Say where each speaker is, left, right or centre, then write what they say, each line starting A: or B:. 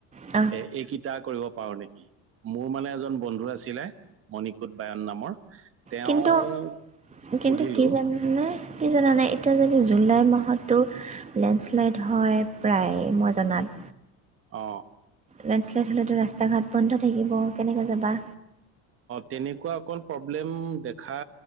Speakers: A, on the right; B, on the right.
A: অ।
B: এইকেইটা কৰিব পাৰো নেকি মোৰ মানে এজন বন্ধু আছিলে মণিকুট বায়ন নামৰ। তেওঁ
A: কিন্তু কিন্তু
B: সুধিলো
A: কি জাননে। কি জনা নাই এতিয়া যদি জুলাই মাহতো লেণ্ডশ্লাইড হয় প্ৰায় মই জনা। <inaudible>
B: অ।
A: লেণ্ডশ্লাইড হ'লেতো ৰাস্তা ঘাট বন্ধ থাকিব কেনেকে যাবা
B: তেনেকুৱা অকণ প্ৰব্লেম দেখা